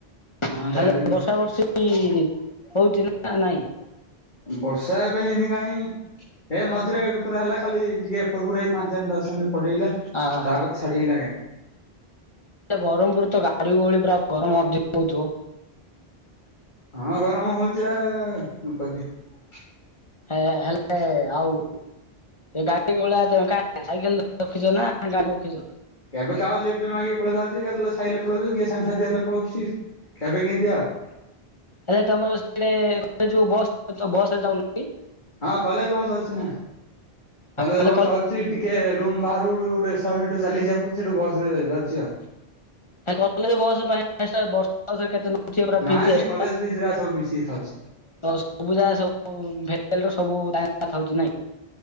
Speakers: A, on the left (about 25°); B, on the left (about 50°).
A: ହ
B: ତିନି ଚାରି
A: ହେଲେ
B: ଦିନି।
A: ବର୍ଷା ବର୍ଷୀ ହଉଛି ନା ନା ନାଇଁ
B: ବର୍ଷା ଏବେ ହେଇନି କାହିଁ ଏ ମଝିରେ ଏ ଗୁରୁ ଥର ହେଲା ଖାଲି ଟିକେ ଫର ଫୁର ହେଇ ପାଞ୍ଚ ଦର୍ଷ ପଟେଇଲା
A: ଅହ
B: ତାପରେ ଛାଡିଲା କାହିଁକି
A: ବ୍ରହ୍ମପୁର ତ ଗାଡିଗୋଳି ପୁରା ଗରମ ଅଧି ହଉଥିବ।
B: ହଁ ଗରମ ହଉଛି ଆଣ କରିବା ।
A: ହେ ହେଲେ ଆଉ ଗାଡି ଭଳିଆ ତ ସାଇକେଲ ରଖିଛ ନା ଗାଡି ରଖିଛ?
B: କେବେ କାହା ଲିପ୍ଟ ମାଗିକି ପଳେଇଥାଉଛି କେ ଖାଇଲେ ପଳଉଛ କିଏ ସାଙ୍ଗସାଥି ହେଲେ ପଳଉଛି କେବେ କେମିତି ଆଉ।
A: ଆରେ ତମର ସେ ଯୋଉ ବସ୍ ତ ବସ ରେ ଯାଉନ
B: ହଁ କଲେଜ ବସ୍ ଅଛି ନା କଲେଜ
A: ହେଲେ
B: ବସ୍ ଅଛି ଟିକେ ରୁମ ବାହାରୁ ରୁ ଗୋଟେ ଶହେ ମିଟର ଚାଲିଯିବାକୁ ପଡ଼ୁଛି ସେଇଠୁ ବସରେ ଯାଉଛି ଆଉ।
A: ହେ କଲେଜ୍ ବସ ପାଇଁ <unintelligible> ହଉ ସେ କେତେ ନଉ ଛି
B: ନାଇଁ
A: ଫିଜ୍
B: ସେ
A: ଏକ୍ସଟ୍ରା
B: କଲେଜ ଫିସ୍ ରା ସବୁ ମିଶିକି ଥାଉଛି
A: ସୁବିଧା ସବୁ ହଷ୍ଟେଲର ସବୁ ଥାଉଛି ନାଇଁ